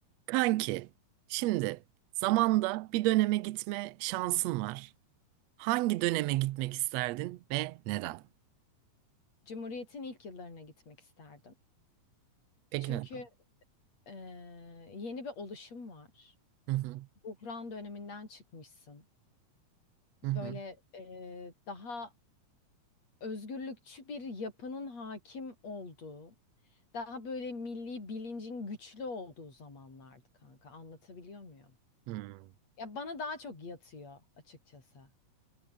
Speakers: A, on the right; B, on the left.
A: Kanki, şimdi zamanda bir döneme gitme şansın var. Hangi döneme gitmek isterdin ve neden?
B: Cumhuriyet'in ilk yıllarına gitmek isterdim.
A: Peki
B: Çünkü
A: neden?
B: e, yeni bir oluşum var.
A: Hı hı,
B: Buhran döneminden çıkmışsın.
A: hı hı.
B: Böyle e, daha özgürlükçü bir yapının hakim olduğu, daha böyle milli bilincin güçlü olduğu zamanlardı kanka. Anlatabiliyor muyum?
A: Hmm.
B: Ya bana daha çok yatıyor açıkçası.